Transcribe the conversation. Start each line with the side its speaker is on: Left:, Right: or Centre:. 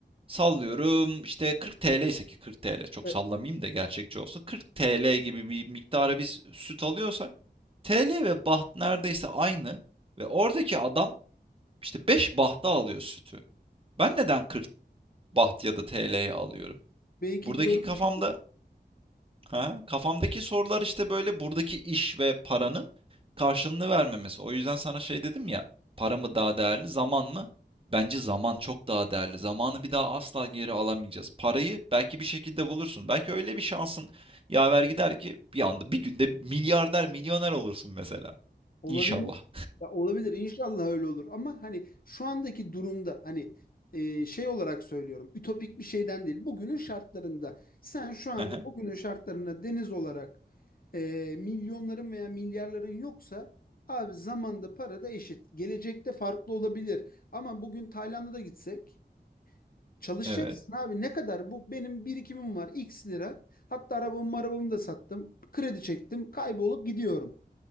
Right: Sallıyorum işte 40 TL ise ki 40 TL çok
Left: E,
Right: sallamayayım da gerçekçi olsun. 40 TL gibi bir miktara biz süt alıyorsak TL ve baht neredeyse aynı ve oradaki adam işte 5 bahta alıyor sütü. Ben neden 40 baht ya da TL'ye alıyorum?
Left: belki
Right: Buradaki
Left: görmüşsünüz.
Right: kafamda ha, kafamdaki sorular işte böyle buradaki iş ve paranın karşılığını vermemesi. O yüzden sana şey dedim ya, para mı daha değerli, zaman mı? Bence zaman çok daha değerli. Zamanı bir daha asla geri alamayacağız. Parayı belki bir şekilde bulursun. Belki öyle bir şansın yaver gider ki bir anda bir günde milyarder, milyoner olursun mesela.
Left: Olabilir.
Right: İnşallah.
Left: Ya olabilir. İnşallah öyle olur. Ama hani şu andaki durumda hani e, şey olarak söylüyorum. Ütopik bir şeyden değil. Bugünün şartlarında sen şu anda
Right: <laughs>
Left: bugünün şartlarında deniz olarak e, milyonların veya milyarların yoksa abi zamanda para da eşit. Gelecekte farklı olabilir. Ama bugün Tayland'a da gitsek Çalışacaksın
Right: Evet.
Left: abi ne kadar bu benim birikimim var x lira hatta arabamı arabamı da sattım kredi çektim kaybolup gidiyorum.